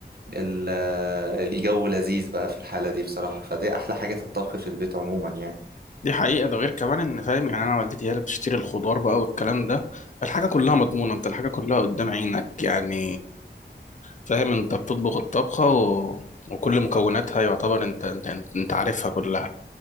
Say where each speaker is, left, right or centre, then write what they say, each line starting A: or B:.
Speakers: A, on the right (about 60°); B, on the left (about 45°).
A: ال- آه، الجو لذيذ بقى في الحاله دي بصراحه فدي احلى حاجه في الطبخ في البيت عموما يعني
B: دي حقيقة ده غير كمان ان فاهم يعني انا والدتي هي اللي بتشتري الخضار بقى والكلام ده فالحاجة كلها مضمونة انت الحاجة كلها قدام عينك يعني فاهم انت بتطبخ الطبخة و... وكل مكوناتها يعتبر انت انت انت, انت عارفها كلها